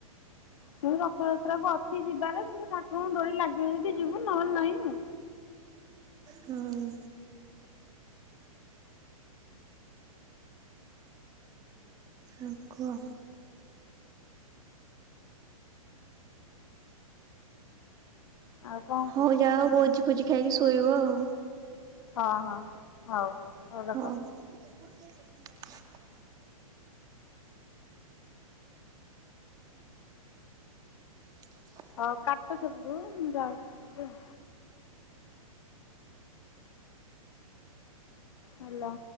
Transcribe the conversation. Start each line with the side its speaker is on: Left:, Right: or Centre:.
Left: ସେ ରଥଯାତ୍ରା କୁ ଅଛି ଯିବାରେ କିନ୍ତୁ ଠାକୁରଙ୍କୁ ଡୋରି ଲାଗିବ ଯଦି ଯିବୁ ନହେଲେ ନାହିଁ।
Right: ହଁ। ହ କୁହ।
Left: ଆଉ କ'ଣ
Right: ହଉ
Left: କହୁଛୁ
Right: ଯାହା ଆଉ ଭୋଜି ଫୋଜି ଖାଇକି ଶୋଇବ ଆଉ।
Left: ହଁ ହଁ ହଉ।
Right: ହଁଉ।
Left: ହଉ ରଖ
Right: <inaudible>
Left: ହଉ କାଟ ସେପଟରୁ ମୁଁ ଯାଉଛି ଆଉ। ହେଲୋ।